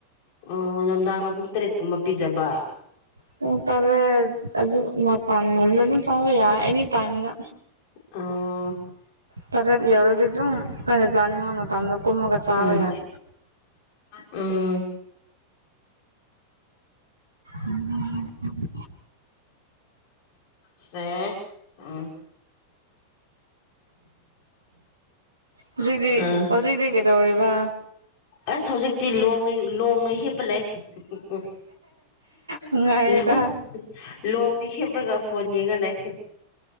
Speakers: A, on the left; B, on the right.
A: ꯑꯣ ꯅꯨꯡꯗꯥꯡꯅ ꯄꯨꯡ ꯇꯔꯦꯠꯀꯨꯝꯕ ꯄꯤꯖꯕ
B: ꯄꯨꯡ ꯇꯥꯔꯦꯠ ꯑꯗꯨ ꯃꯄꯥꯟ ꯂꯣꯝꯗ ꯑꯗꯨꯝ ꯆꯥꯕ ꯌꯥꯏ ꯑꯦꯅꯤ ꯇꯥꯏꯝꯗ
A: ꯑ <unintelligible> <inaudible>
B: ꯇꯔꯦꯠ ꯌꯥꯎꯔꯗꯤ ꯑꯗꯨꯝ ꯑꯈꫭꯏꯅ ꯆꯥꯅꯤꯡꯕ ꯃꯇꯝꯗꯣ ꯀꯨꯝꯃꯒ ꯆꯥꯕ
A: ꯎꯝ
B: ꯌꯥꯏ
A: ꯎꯝ
B: ꯎꯝ <unintelligible>
A: ꯁꯦ ꯎꯝ
B: ꯍꯧꯖꯤꯛꯇꯤ
A: ꯎꯝ
B: ꯍꯧꯖꯤꯛꯇꯤ ꯀꯩꯗꯧꯔꯤꯕ
A: ꯑꯁ ꯍꯧꯖꯤꯛꯇꯤ ꯂꯣꯡ ꯂꯣꯡꯅ ꯍꯤꯞꯄꯥ‌ ꯂꯩ ꯎ ꯎ
B: ꯅꯨꯡꯉꯥꯏꯌꯦꯗ
A: ꯂꯣꯡ ꯂꯣꯡ ꯍꯦꯕ꯭ꯔꯒ ꯐꯣꯟ ꯌꯦꯡꯉꯥ ꯂꯩ